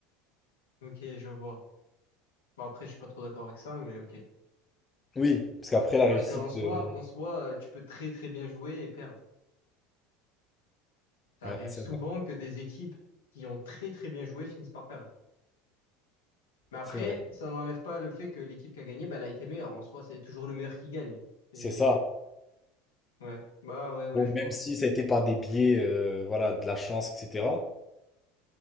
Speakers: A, on the left; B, on the left.
A: Ok, je vois. Bon, après, je suis pas trop d'accord avec ça, mais ok.
B: Oui, parce qu'après la
A: Parce
B: réussite...
A: qu'en soi,
B: euh,
A: en soi, euh, tu peux très très bien jouer et perdre. Ça
B: ouais,
A: arrive
B: c'est
A: souvent
B: vrai,
A: que des équipes qui ont très très bien joué finissent par perdre. Mais après,
B: c'est vrai.
A: ça n'enlève pas le fait que l'équipe qui a gagné, bah, elle a été meilleure. En soi, c'est toujours le meilleur qui gagne. Et
B: C'est ça.
A: ouais, bah ouais, ouais,
B: Bon,
A: je vois.
B: même si ça a été par des biais, euh, voilà, de la chance, etc.,